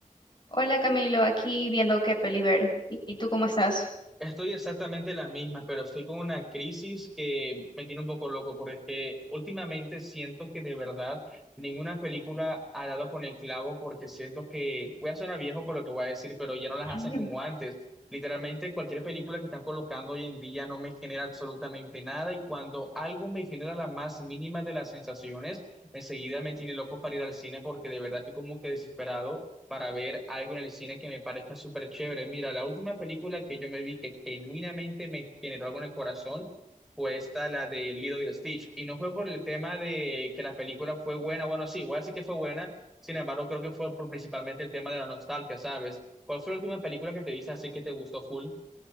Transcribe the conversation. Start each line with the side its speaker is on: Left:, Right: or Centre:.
Left: Hola Camilo, aquí viendo qué peli ver. ¿Y y tú cómo estás?
Centre: Estoy exactamente las mismas, pero estoy con una crisis que me tiene un poco loco, porque es que últimamente siento que de verdad ninguna película ha dado con el clavo, porque siento que voy a sonar viejo por lo que voy a decir, pero ya no las
Left: Ujú.
Centre: hacen como antes. Literalmente cualquier película que están colocando hoy en día no me genera absolutamente nada, y cuando algo me genera la más mínima de las sensaciones, enseguida me tiene loco para ir al cine, porque de verdad estoy como que desesperado para ver algo en el cine que me parezca súper chévere. Mira, la última película que yo me vi que genuinamente me generó algo en el corazón fue esta, la de Lilo y Stitch. Y no fue por el tema de que la película fue buena, bueno, sí, voy a decir que fue buena, sin embargo, creo que fue por principalmente el tema de la nostalgia, ¿sabes? ¿Cuál fue la última película que te viste así que te gustó full?